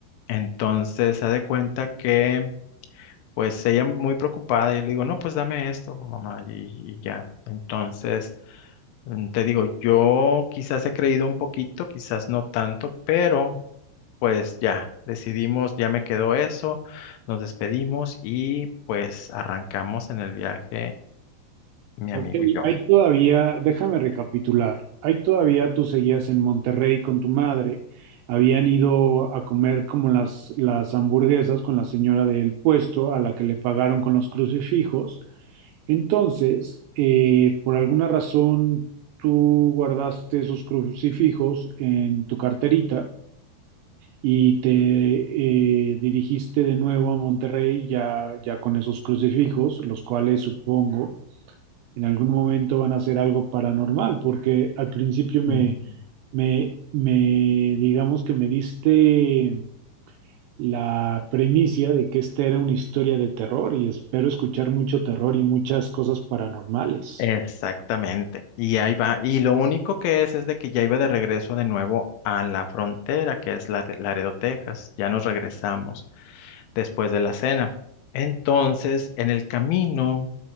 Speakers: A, on the left; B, on the right.
A: Entonces, haz de cuenta que, pues, ella muy preocupada y le digo, no, pues dame esto, mamá, y, y ya. Entonces... Mm, Te digo, yo quizás he creído un poquito, quizás no tanto, pero pues ya, decidimos, ya me quedó eso, nos despedimos y pues arrancamos en el viaje, mi
B: Ok,
A: amigo y yo.
B: ahí todavía, déjame recapitular, ahí todavía tú seguías en Monterrey con tu madre, habían ido a comer como las, las hamburguesas con la señora del puesto a la que le pagaron con los crucifijos, entonces, eh, por alguna razón, tú guardaste esos crucifijos en tu carterita y te eh, dirigiste de nuevo a Monterrey ya, ya con esos crucifijos, los cuales supongo en algún momento van a hacer algo paranormal, porque al principio
A: Mm.
B: me, me, me, digamos que me diste la premisa de que esta era una historia de terror y espero escuchar mucho terror y muchas cosas paranormales.
A: Exactamente. Y ahí va. Y lo único que es es de que ya iba de regreso de nuevo a la frontera, que es la de Laredo, Texas. Ya nos regresamos después de la cena. Entonces, en el camino,